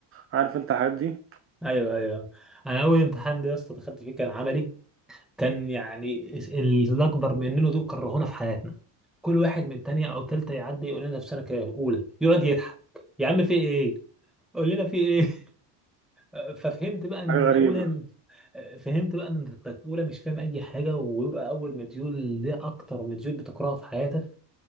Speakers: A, on the right; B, in the centre.
A: عارف انت الحاجات دي
B: ايوه ايوه انا اول امتحان ده يا اسطى دخلت فيه كان عملي كان يعني الاكبر مننا دول كرهونا في حياتنا كل واحد من تانية او تالتة يعدي يقول لنا في سنه كام اولى يقعد يضحك يا عم في ايه قول لنا في ايه <laughs> ففهمت بقى ان
A: حاجه غريبه
B: اولى فهمت بقى ان اولى مش فاهم اي حاجه ويبقى اول مديول ده اكتر مديول بتكرهه في حياتك